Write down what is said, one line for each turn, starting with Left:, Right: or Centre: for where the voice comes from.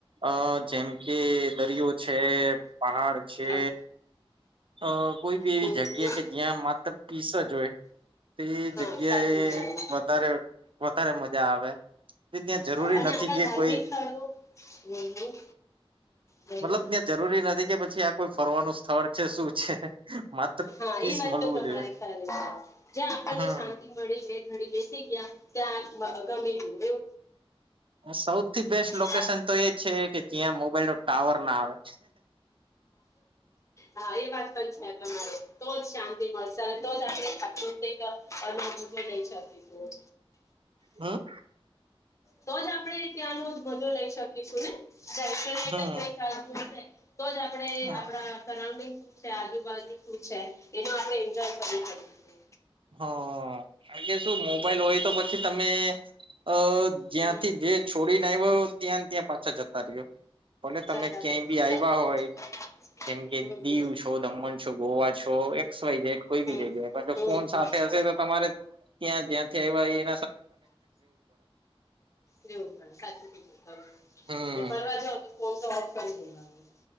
Right: અ જેમ કે દરિયો છે. પહાડ છે
Left: હમ
Right: અ કોઈ બી એવી
Left: હમ હમ
Right: જગ્યા કે જ્યાં માત્ર પીસ જ હોય. તે
Left: હા
Right: જગ્યાએ
Left: સાચું કીધું
Right: વધારે વધારે મજા આવે. ત્યાં જરૂરી
Left: અ, અને
Right: નથી
Left: આપણા
Right: કે
Left: ધાર્મિક
Right: કોઈ
Left: સ્થળો હમ હમ બોલો
Right: મતલબ ત્યા જરૂરી નથી. કે પછી આ કોઈ ફરવાનું સ્થળ. છે શું છે. માત્ર
Left: હા
Right: પીસ
Left: એ વાત
Right: મળવું
Left: તો તમારી
Right: જોઈએ
Left: ખરે છે જ્યાં આપણને
Right: હમ
Left: શાંતિ મળી બે ઘડી બેસી ગયા. ત્યાં ગમેલું.
Right: સૌથી બેસ્ટ લોકેશન
Left: હા
Right: તો એ છે કે. કેયાં મોબાઈલ નો ટાવર ના આવે.
Left: હા એ વાત પણ છે તો જ શાંતિ મળશે અને તો જ આપણે પ્રાકૃતિક અનુભવ લઈ શકીશું.
Right: હા.
Left: તો જ આપડણે ત્યાંનો મજો લઈ શકીશું ને. દક્ષ
Right: હમ
Left: તને <unintelligible> તો જ આપે
Right: હા
Left: આપડા સરાઉન્ડિંગ. આજુબાજુ શું છે એનો આપણે એન્જોય કરી શકીશું.
Right: હ કારણ કે શું મોબાઈલ હોય તો પછી તમે. અ જ્યાંથી
Left: હમ
Right: જે છોડીને આવ્યો ત્યાં ત્યાં પાછા જતા. તાર્યો. તમે
Left: જતા
Right: ક્યાંય
Left: રહેવું
Right: બી
Left: છે.
Right: આવ્યા
Left: સાચું
Right: હોય
Left: કીધું
Right: જેમ કે
Left: હમ
Right: દીવ
Left: હમ
Right: છો, દમણ છો, ગોવા છો એકસ વાય ઝડ કોઈ
Left: હમ
Right: બી જગ્યા પણ જો.
Left: હમ
Right: ફોન
Left: હમ
Right: સાથે હશે તો તમારે. ત્યાં જ્યાંથી આવ્યા એ.
Left: કેવું પણ સાચું એટલે
Right: હમ
Left: ફરવા જાવ તો. ફોન તો ઓફ કરી દેવાનું.